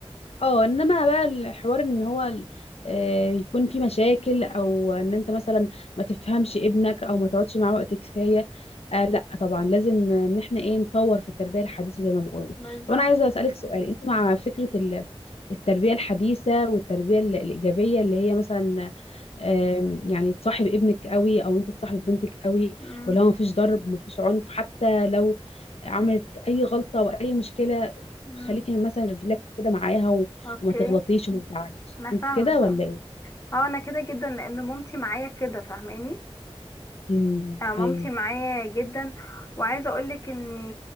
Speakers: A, on the left; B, on the left.
A: اه انما بقى الحوار ان هو ال- آه، يكون في مشاكل او ان انت مثلا ما تفهمش ابنك او ما تقعدش معاه وقت كفايه آه لا طبعا لازم ان احنا ايه نطور في التربيه الحديثه زي ما بقول
B: بالظبط
A: طب انا عايزه اسالك سؤال انت مع فكره ال- التربيه الحديثه والتربيه ال- الايجابيه اللي هي مثلا آم، يعني تصاحب ابنك قوي او انت تصاحب بنتك قوي
B: مم.
A: واللي هو مفيش ضرب مفيش عنف حتى لو عملت اي غلطة او اي مشكلة
B: مم.
A: خليكي مثلا ريلاكس كده معاها و-
B: اوكي
A: وما تغلطيش وما تزعليش
B: انا
A: انت
B: فاهمه
A: كده
B: فاهمه
A: ولا ايه
B: اه انا كده جدا لان مامتي معايا كده فاهماني
A: امم
B: آه مامتي
A: ايوه
B: معايا جدا وعايزه اقولك ان